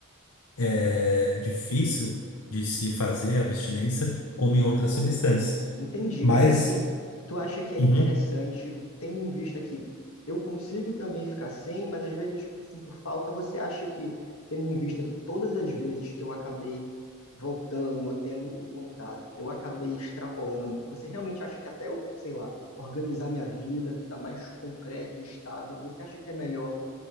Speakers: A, on the left; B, on the left.
A: eh, difícil de se fazer a abstinência como em
B: Caramba.
A: outras substâncias.
B: Entendi,
A: Mas
B: mas assim, tu acha que é interessante,
A: uhum,
B: tendo em vista que eu consigo também ficar sem, mas às vezes sinto falta, você acha que, tendo em vista que todas as vezes que eu acabei voltando, ou tendo o contato, eu acabei extrapolando, você realmente acha que até eu, sei lá, organizar minha vida, tá mais concreto e estável, você acha que é melhor